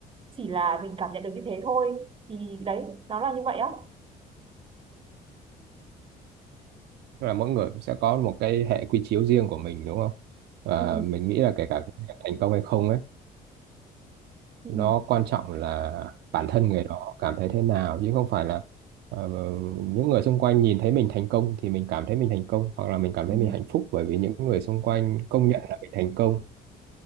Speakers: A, on the right; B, on the right.
A: chỉ là mình cảm nhận được như thế thôi thì đấy nó là như vậy á
B: tức là mỗi người cũng sẽ có một cái hệ quy chiếu riêng của mình đúng không và
A: ừ.
B: mình nghĩ là kể cả thành công hay không ấy
A: Ừ.
B: nó quan trọng là bản thân người đó cảm thấy thế nào chứ không phải là ờ, những người xung quanh nhìn thấy mình thành công thì mình cảm thấy mình thành công hoặc là mình cảm
A: Ừ.
B: thấy mình hạnh phúc bởi vì những người xung quanh công nhận là mình thành công